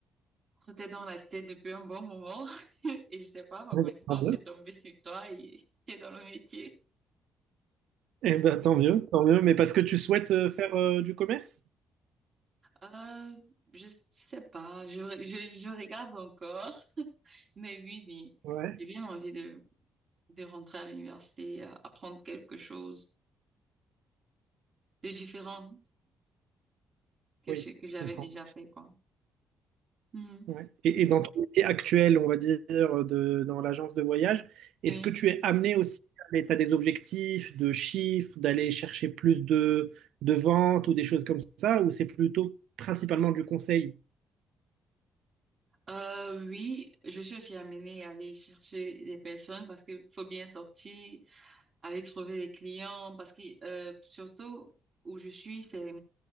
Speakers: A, on the right; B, on the right.
A: trottait dans la tête depuis un bon moment. <laughs> Et je sais pas, par
B: Eh ben,
A: coïncidence,
B: tant mieux.
A: j'ai tombé sur toi et <laughs> t'es dans le métier.
B: Eh ben, tant mieux, tant mieux. Mais parce que tu souhaites euh, faire euh, du commerce?
A: Euh, je sais pas, je, je, je regarde encore, mais oui, oui,
B: Ouais,
A: j'ai bien envie de, de rentrer à l'université, euh, apprendre quelque chose de différent que
B: oui,
A: ce que j'avais
B: je comprends.
A: déjà fait, quoi. Mhm.
B: Ouais. Et, et dans ton métier actuel, on va dire, de, dans l'agence de voyage, est-ce
A: Oui.
B: que tu es amené aussi, tu as des objectifs de chiffres, d'aller chercher plus de, de ventes ou des choses comme ça, ou c'est plutôt principalement du conseil?
A: Euh, oui, je suis aussi amenée à aller chercher des personnes parce qu'il faut bien sortir, avec trouver des clients parce que euh, surtout où je suis c'est